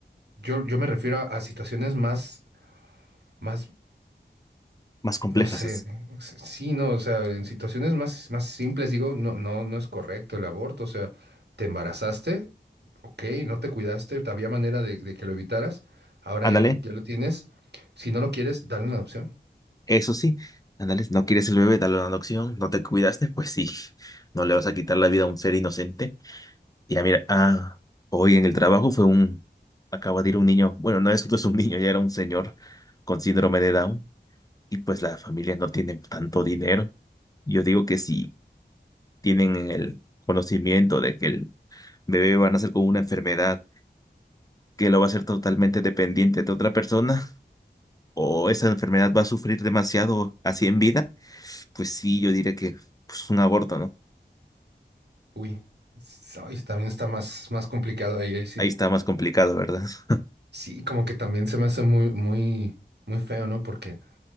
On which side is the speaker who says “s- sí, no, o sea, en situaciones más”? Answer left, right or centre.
Right